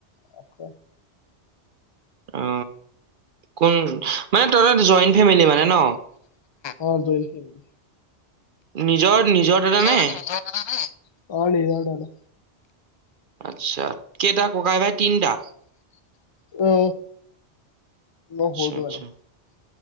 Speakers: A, on the left; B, on the right.
A: আছে
B: অ কোন মানে তহত জইণ্ট ফেমিলি মানে ন
A: অ জইণ্ট ফেমিলি
B: নিজৰ নিজৰ দাদা
A: অ
B: নে
A: নিজৰ দাদা
B: আচ্ছা কেইটা ককাই ভাই তিনিটা
A: অ মই
B: আচ্ছা
A: সৰুটো
B: আচ্ছা
A: মানে